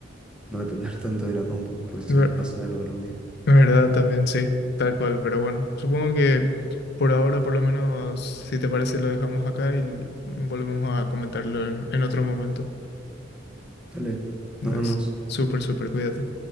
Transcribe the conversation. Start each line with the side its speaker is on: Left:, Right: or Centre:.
Centre: no depender tanto de la compu, por si
Left: Ver-
Centre: le pasa algo algún día.
Left: Verdad también, sí, tal cual, pero bueno, supongo que por ahora, por lo menos, si te parece, lo dejamos acá y volvemos a comentarlo en, en otro momento.
Centre: Dale,
Left: Entonces,
Centre: nos vemos.
Left: súper, súper, cuídate.